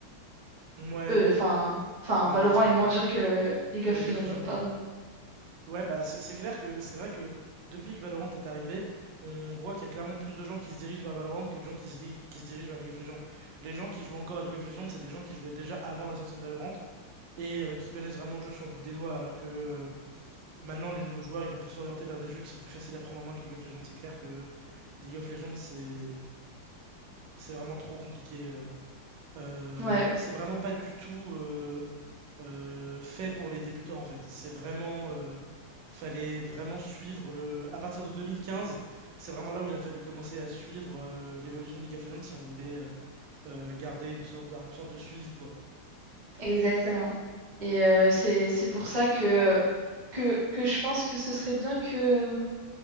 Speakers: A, on the right; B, on the right.
A: Ouais,
B: Euh, enfin, enfin,
A: L'inverse
B: Valorant
A: plutôt.
B: est moins dur que le League of
A: Que League
B: Legends,
A: of Legends,
B: ouais, pardon.
A: ouais. Ouais, bah c'est c'est clair que c'est vrai que depuis que Valorant est arrivé, on voit qu'il y a clairement plus de gens qui se dirigent vers Valorant que de gens qui se, di- qui se dirigent vers League of Legends. Les gens qui jouent encore à League of Legends, c'est des gens qui jouaient déjà avant la sortie de Valorant et euh, qui connaissent vraiment le jeu sur le bout des doigts, alors que euh, maintenant les nouveaux joueurs, ils vont plus s'orienter vers des jeux qui sont plus faciles à prendre en main que League of Legends. C'est clair que League of Legends, c'est c'est vraiment trop compliqué. euh. Euh,
B: Ouais,
A: c'est vraiment pas du tout... euh, euh, fait pour les débutants en fait. C'est vraiment, euh, fallait vraiment suivre le. À partir de 2015 c'est vraiment là où il a fallu commencer à suivre euh, l'évolution de League of Legends si on voulait euh, euh, garder une sorte, d- une sorte de suivi quoi.
B: exactement. Et euh, c'est c'est pour ça que, que, que je pense que ce serait bien que, euh,